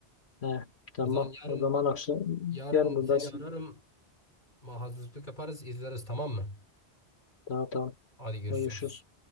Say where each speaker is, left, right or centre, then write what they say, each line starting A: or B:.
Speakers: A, on the left; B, on the left.
A: Heh, tamam.
B: O zaman yarın
A: O zaman akşam
B: yarın
A: yarın buradasın.
B: seni ararım. Ama hazırlık yaparız, izleriz tamam mı?
A: Tamam tamam.
B: Hadi görüşürüz.
A: Görüşürüz.